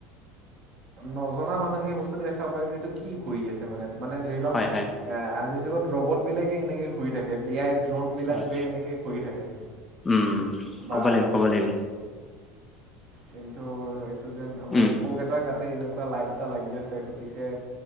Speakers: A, on the right; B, on the left.
A: নজনা মানুহে বস্তুটো দেখা দেখা পাই যে এইটো কি কৰি আছে মানে মানে ধৰি লওঁক
B: হয় হয়
A: এ আজিৰ যুগত ৰ'বাৰ্ট বিলাকে এনেকৈ শুই থাকে দি আইক। ড্ৰোনবিলাক
B: হয়
A: বে এনেকেই ঘুৰি থাকে
B: উম
A: বা
B: ক'ব লাগিব ক'ব লাগিব
A: কিন্তু, এইটো যেন আমাৰ
B: উম
A: পোক এটাৰ গাতে এনেকুৱা লাইট এটা লাগি আছে। গতিকে,